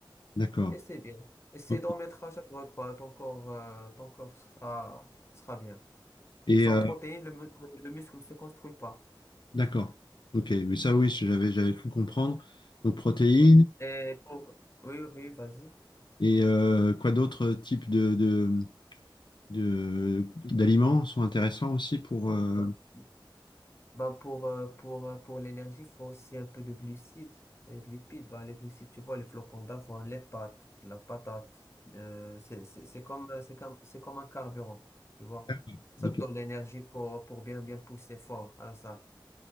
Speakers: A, on the left; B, on the left.
A: D'accord.
B: et c'est bien. Essaie
A: Ok.
B: d'en mettre à chaque repas, ton corps, euh, ton corps sera, sera bien.
A: Et
B: Sans
A: euh,
B: protéines, le, mu- le muscle ne se construit pas.
A: d'accord. Ok. Mais ça, oui, j'avais j'avais cru comprendre. Donc protéines.
B: Oui. Et pour... Oui, oui, vas-y.
A: Et euh, quoi d'autres types de, de- de- d'aliments sont intéressants aussi pour... euh,
B: Ben, ben, pour, euh, pour, euh, pour l'énergie, il faut aussi un peu de glucides et de lipides. Ben, les glucides, tu vois, les flocons d'avoine, les pâtes, la patate. euh, c'est c'est- c'est comme, euh, c'est comme, c'est comme un carburant, tu vois.
A: D'accord.
B: Ça
A: Ok.
B: te donne l'énergie pour, pour bien, bien pousser fort à la salle.